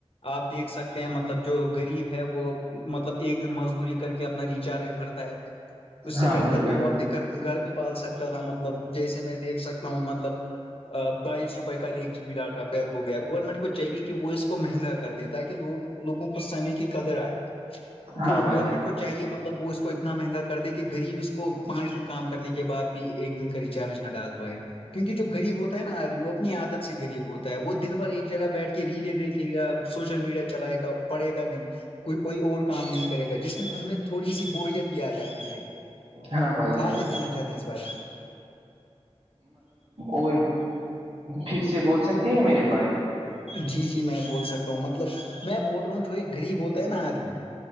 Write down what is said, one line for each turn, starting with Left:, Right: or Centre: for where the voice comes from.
Left: آپ دیکھ سکتے ہیں مطلب جو غریب ہے وہ مطلب ایک دن مزدوری کر کے اپنا ریچارج بھرتا ہے اس سے
Right: ہاں
Left: بہتر
Right: بھائی جان
Left: تو وہ کر گھر بھی پال سکتا تھا مطلب جیسے میں دیکھ سکتا ہوں مطلب بائیس روپے کا ایک جی بی ڈاٹا پیک ہو گیا گورنمنٹ کو چاہیے کہ وہ اس کو مہنگا کر دیتا تاکہ لوگ لوگوں کو سمے کی قدر آئے گر
Right: ہاں بھائی
Left: گنمنٹ
Right: جان
Left: کو چاہیے مطلب وہ اس کو اتنا مہنگا کر دے کہ غریب اس کو پانچ دن کام کرنے کے بعد بھی ایک دن کا ریچارج نہ ڈال پائے کیونکہ جو غریب ہوتا ہے نا آدمی وہ اتنی عادت سے غریب ہوتا ہے وہ دن بھر ایک جگہ بیٹھ کے ریلے دیکھے گا سوشل میڈیا چلائے گا پڑے گا نہیں کوئی کوئی اور کام نہیں کرے گا جس میں ان میں تھوڑی سی بوریت بھی آ جاتی ہے
Right: ہاں بھائی جان
Left: آپ کیا کہنا چاہتے ہیں اس بارے
Right: اور پھر سے بول سکتی ہو میرے بھائی
Left: جی جی میں بول سکتا ہوں مطلب میں بول رہا ہوں جو ایک غریب ہوتا ہے نا آدمی